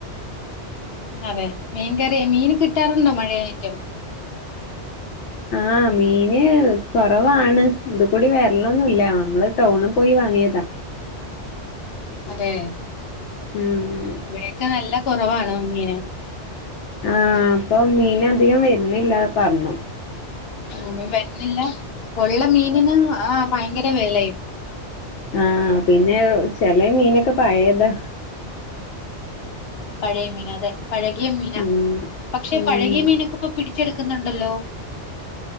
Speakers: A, on the left (about 60°); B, on the left (about 80°).
A: അതെ മീൻകറിയാ. മീന് കിട്ടാറുണ്ടോ മഴയായിറ്റും?
B: ആഹ് മീന് കൊറവാണ് ഇത് കൂടിം വരലൊന്നുല്ല. നമ്മള് ടൗണ് പോയി വാങ്ങിയതാ.
A: അതെ.
B: ഉം
A: ഇവിടെയൊക്കെ നല്ല കൊറവാണ് മീന്.
B: ആഹ് ഇപ്പം മീൻ അധികം വര്നില്ലാന്ന് പർഞ്ഞു.
A: അഹ് വര്ന്നില്ല. ഉള്ള മീന് ന് ആഹ് ഭയങ്കര വെലയും.
B: ആഹ് പിന്നെ ചെചേ മീനൊക്കെ പഴേതാ.
A: പഴയ മീന അതെ പഴകിയ മീനാ.
B: ഉം
A: പക്ഷെ
B: ഉം
A: പഴകിയ മീനൊക്കെ ഇപ്പൊ പിടിച്ചെടുക്കുന്നുണ്ടല്ലോ?